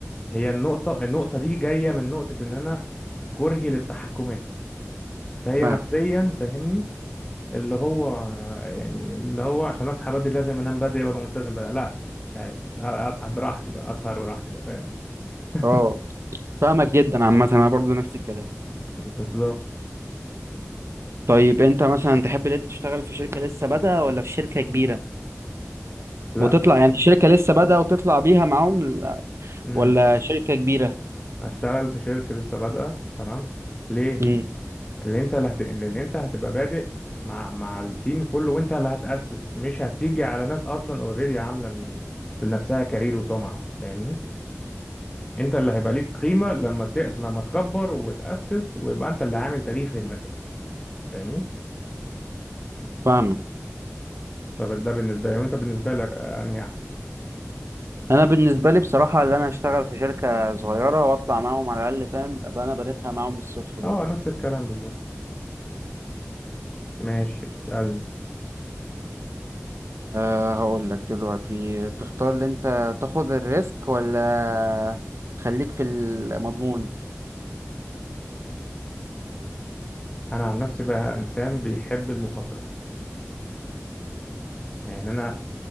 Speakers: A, on the left (about 20°); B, on the right (about 60°).
A: هي النقطه النقطه دي جايه من نقطه ان انا كرهي للتحكمات فهي
B: قصدي
A: نفسيا فاهمني اللي هو يعني اللي هو عشان اصحى بدري لازم انام بدري ببقى ملتزم بقى لا مش عايز اصحى براحتي بقى اسهر براحتي بقى فاهم <laughs>
B: اه فاهمك جدا عامة انا برضو نفس الكلام
A: بالظبط
B: طيب انت مثلا تحب ان انت تشتغل في شركة لسه بادئة ولا في شركة كبيرة
A: لا
B: وتطلع يعني شركة لسه بادئة وتطلع بيها معاهم ل-
A: امم
B: ولا شركة كبيرة
A: اشتغل في شركه لسه بادئه تمام ليه
B: امم
A: اللي انت اللي, هت... اللي انت هتبقى بادئ مع مع التيم كله وانت اللي هتأسس مش هتيجي على ناس اصلا اوريدي عامله ل- لنفسها كارير وسمعه فاهمني انت اللي هيبقى ليك قيمه لما ت... لما تكبر وتأسس ويبقى انت اللي عامل تاريخ للمكان فاهمني
B: فاهمك
A: فده بالنسبه لي وانت بالنسبه لك آه، انهي احسن
B: انا بالنسبة لي بصراحة ان انا اشتغل في شركة صغيرة واطلع معاهم على الاقل فاهم ابقى انا بنيتها معاهم من الصفر برضو
A: اه نفس الكلام بالظبط ماشي تسألني
B: أه هقول لك دلوقتي تختار ان انت تاخد الريسك ولا تخليك في المضمون
A: انا عن نفسي بقى انسان بيحب المخاطره يعني انا